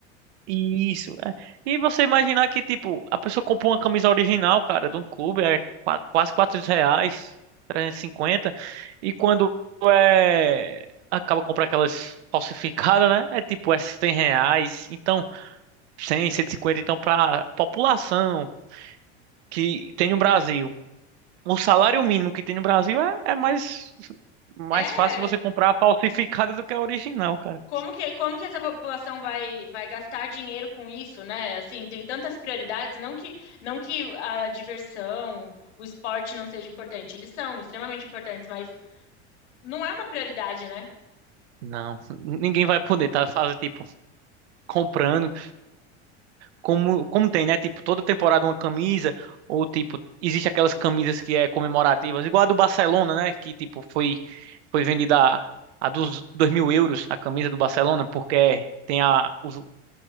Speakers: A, on the right; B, on the left.
A: Isso. é. E você imaginar que, tipo, a pessoa comprou uma camisa original, cara, de um clube, é qua- quase 400 reais, trezentos e cinquenta e quando é... acaba comprando aquelas falsificadas, né? É tipo, é 100 reais, então, cem cento e cinquenta então, pra população que tem no Brasil, o salário mínimo que tem no Brasil é, é mais, mais
B: É,
A: fácil você comprar a falsificada do que a original, cara.
B: Como que, como que essa população vai, vai gastar dinheiro com isso, né? Assim, tem tantas prioridades, não que, não que a diversão, o esporte não seja importante, eles são extremamente importantes, mas não é uma prioridade, né?
A: Não, ninguém vai poder, tá? Fazer, tipo, comprando. como, como tem, né? Tipo, toda temporada uma camisa, ou tipo, existe aquelas camisas que é comemorativas, igual a do Barcelona, né? Que tipo, foi, foi vendida a, a dos dois mil euros a camisa do Barcelona, porque tem a, o,